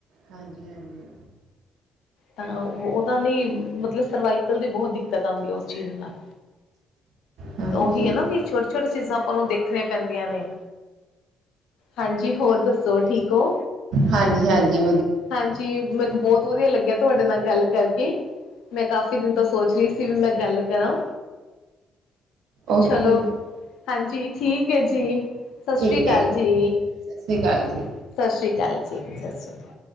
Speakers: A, on the right; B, on the left.
A: ਹਾਂਜੀ-ਹਾਂਜੀ।
B: ਤਾਂ ਉਦਾ ਨੀ ਮਤਲਬ ਸਰਵਾਈਕਲ ਦੀ ਬਹੁਤ ਦਿੱਕਤ ਆਉਂਦੀ ਹੈ ਉਸ ਚੀਜ਼ ਨਾਲ।
A: ਹਾਂਜੀ
B: ਤਾਂ ਉਹੀ ਐ ਨਾ ਵੀ ਛੋਟੀ-ਛੋਟੀ ਚੀਜ਼ਾਂ ਆਪਾਂ ਨੂੰ ਦੇਖਣੀਆਂ ਪੈਂਦੀਆਂ ਨੇ। ਹਾਂਜੀ ਹੋਰ ਦੱਸੋ ਠੀਕ ਹੋ?
A: ਹਾਂਜੀ-ਹਾਂਜੀ
B: ਹਾਂਜੀ, ਮੈਨੂੰ ਬਹੁਤ ਵਧੀਆ ਲੱਗਿਆ, ਤੁਹਾਡੇ ਨਾਲ ਗੱਲ ਕਰਕੇ। ਮੈਂ ਕਾਫੀ ਦਿਨ ਤੋਂ ਸੋਚ ਰਹੀ ਸੀ, ਵੀ ਮੈਂ ਗੱਲ ਕਰਾਂ।
A: ਓਕੇ
B: ਚਲੋ
A: ਜੀ
B: ਹਾਂਜੀ ਠੀਕ ਹੈ ਜੀ, ਸਤਿ ਸ੍ਰੀ
A: ਠੀਕ
B: ਅਕਾਲ
A: ਹੈ
B: ਜੀ।
A: ਸਤਿ ਸ਼੍ਰੀ ਅਕਾਲ ਜੀ।
B: ਸਤਿ ਸ਼੍ਰੀ ਅਕਾਲ ਜੀ, ਸਤਿ ਸ਼੍ਰੀ ਅਕਾਲ।